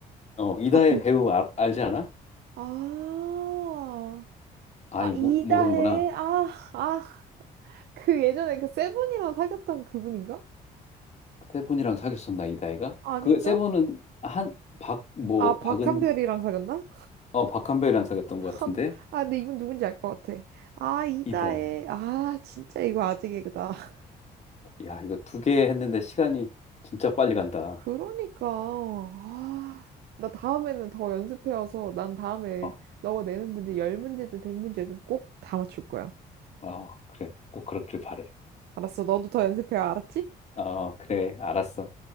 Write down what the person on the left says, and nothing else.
어, 이다해
배우 알, 알지 않아?
아이
모,
모르는구나.
세븐이랑 사귀었었나 이다해가?
그 세븐은 한 박 뭐
박은
어 박한별이랑 사귀었던 것 같은데
이다해.
야 이거 두 개 했는데 시간이 진짜 빨리 간다.
어,
어 그래 꼭 그렇길 바래.
어 그래 알았어.